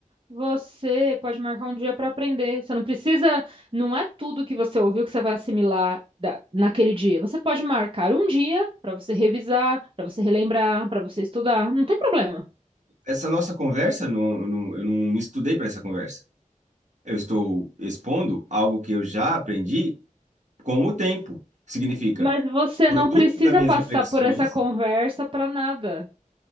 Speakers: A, on the right; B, on the right.
A: Você pode marcar um dia para aprender. Você não precisa. Não é tudo que você ouviu que você vai assimilar da- naquele dia. Você pode marcar um dia para você revisar, para você relembrar, para você estudar. Não tem problema.
B: Essa nossa conversa, não, eu não, eu não me estudei para essa conversa. Eu estou expondo algo que eu já aprendi com o tempo. Significa,
A: Mas você
B: produto
A: não precisa
B: das minhas
A: passar
B: reflexões,
A: por essa conversa para nada.